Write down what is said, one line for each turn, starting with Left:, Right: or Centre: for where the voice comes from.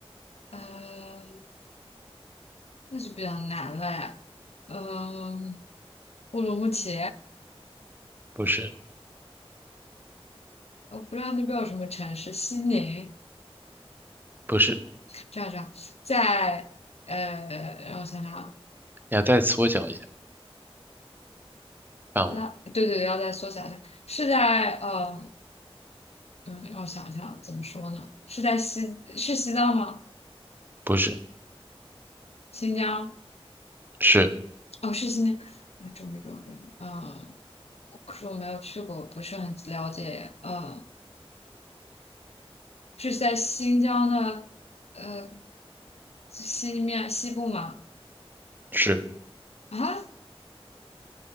Left: 呃，那就比较难了呀。嗯、乌鲁木齐，
Right: 不是，
Left: 我不知道那边有什么城市，西宁，
Right: 不是，
Left: 这样这样，在呃，让我想想啊，
Right: 你要再缩小一下范围，
Left: 拉，对对对，要再缩小一下，是在呃，嗯，让我想一想怎么说呢？是在西，是西藏吗？
Right: 不是，
Left: 新疆？
Right: 是，
Left: 哦，是新疆啊，终于找于终于嗯、呃可是我没有去过，不是很了解耶呃，是在新疆的呃西面西部吗？
Right: 是，
Left: 啊，